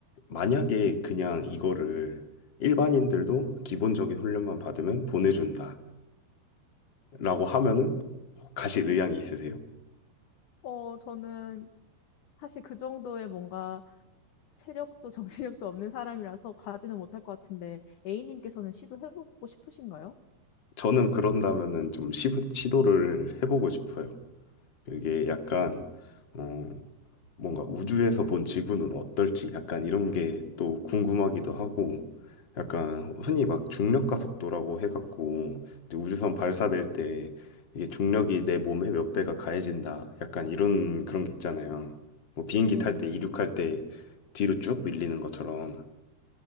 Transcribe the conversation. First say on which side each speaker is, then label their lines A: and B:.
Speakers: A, on the left (about 35°); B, on the left (about 65°).
A: 만약에 그냥 이거를 일반인들도 기본적인 훈련만 받으면 보내준다. 라고 하면은 가실 의향이 있으세요?
B: 어, 저는 사실 그 정도의 뭔가 체력도 <laughs> 정신력도 없는 사람이라서 가지는 못할 것 같은데 A님께서는 시도해보고 싶으신가요?
A: 저는 그런다면은 좀 시부, 시도를 해보고 싶어요. 이게 약간 어, 뭔가 우주에서 본 지구는 어떨지 약간 이런 게 또 궁금하기도 하고 약간 흔히 막 중력 가속도라고 해갖고 이제 우주선 발사될 때 이게 중력이 내 몸에 몇 배가 가해진다 약간 이런 그런 게 있잖아요. 뭐 비행기
B: 네,
A: 탈 때 이륙할 때 뒤로 쭉 밀리는 것처럼